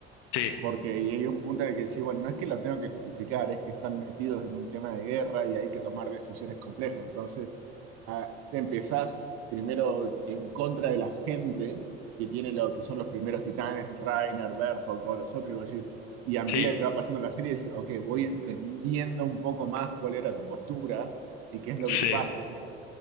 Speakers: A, on the left; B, on the right.
A: sí,
B: Porque ahí hay un punto en el que decís, bueno, no es que lo tengo que justificar, es que están metidos en un tema de guerra y hay que tomar decisiones complejas. Entonces, ah, empezás primero en contra de la gente que tiene lo que son los primeros titanes, Reiner, Berthold, todos los otros, y vos decís, y a
A: sí,
B: medida que va pasando la serie, decís, ok, voy entendiendo un poco más cuál era tu postura y qué es lo
A: sí.
B: que te pasa también.